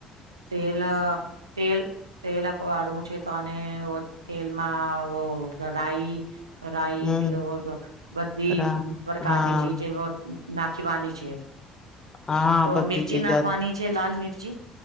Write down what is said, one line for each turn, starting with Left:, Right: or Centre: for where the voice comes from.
Right: તેલ તેલ તેલક વાળું છે તો અને તેલમાં. રાઈ. રઈ
Left: હમ
Right: ફર બધદી
Left: રા
Right: પ્રકારની
Left: હા
Right: ચીજ. નાખીવાની છે.
Left: હા
Right: તો
Left: બધી
Right: મિરચી
Left: ચીજા
Right: નાખવાની છે લાલ મિરચી. જી.